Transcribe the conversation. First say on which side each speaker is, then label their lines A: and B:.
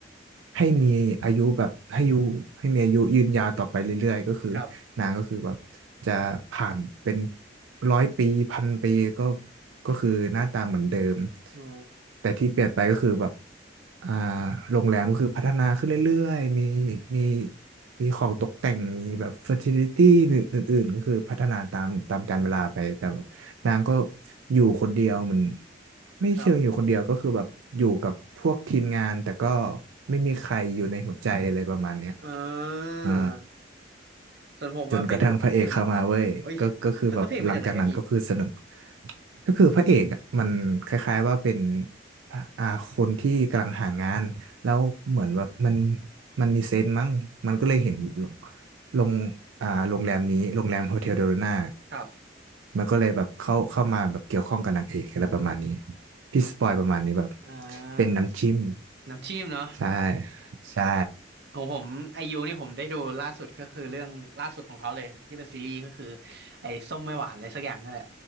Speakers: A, on the right; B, on the right.
A: ให้มีอายุแบบให้อายุให้มีอายุยืนยาวต่อไปเรื่อยๆก็คือ
B: ครับ
A: นางก็คือแบบจะผ่านเป็นร้อยปีพันปีก็ก็คือหน้าตาเหมือนเดิม
B: อ๋อ
A: แต่ที่เปลี่ยนไปก็คือแบบอ่าโรงแรมก็คือพัฒนาขึ้นเรื่อยๆมีมีมีของตกแต่งมีแบบเฟอร์ติลิตี้อื่นๆก็คือพัฒนาตามตามกาลเวลาไปแต่นางก็อยู่คนเดียวเหมือนไม่เชิงอยู่คนเดียวก็คือแบบอยู่กับพวกทีมงานแต่ก็
B: ครับ
A: ไม่มีใครอยู่ในหัวใจอะไรประมาณเนี้ย
B: เออ
A: อ่า
B: ส่วนผมมาไปดูอืม
A: จนกระทั่งพระเอกเข้ามาเว้ยก็ก็คือแบบหลังจากนั้นก็คือสนุก
B: โอ้ยแล้วเพลงมาจากไหนอะพี่
A: ก็คือพระเอกอะมันคล้ายๆว่าเป็นอ่าคนที่กำลังหางานแล้วเหมือนแบบมันมันมีเซนส์มั้งมันก็เลยเห็นลงลงอ่าโรงแรมนี้โรงแรมโฮเทลเดโรนา
B: ครับ
A: มันก็เลยแบบเข้าเข้ามาแบบเกี่ยวข้องกับนางเอกอะไรประมาณนี้พี่สปอยประมาณนี้แบบ
B: อ่า
A: เป็นน้ำจิ้ม
B: น้ำจิ้มเนาะ
A: ใช่ใช่
B: ของผมไอยูนี่ผมได้ดูล่าสุดก็คือเรื่องล่าสุดของเขาเลยที่เป็นซีรีส์ก็คือไอ้ส้มไม่หวานอะไรสักอย่างนั่นแหละ